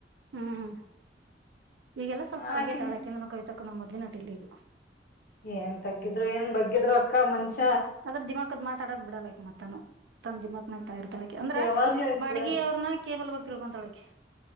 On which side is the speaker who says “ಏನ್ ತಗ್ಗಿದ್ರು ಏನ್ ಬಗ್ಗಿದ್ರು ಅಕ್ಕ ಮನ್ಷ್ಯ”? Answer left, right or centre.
Left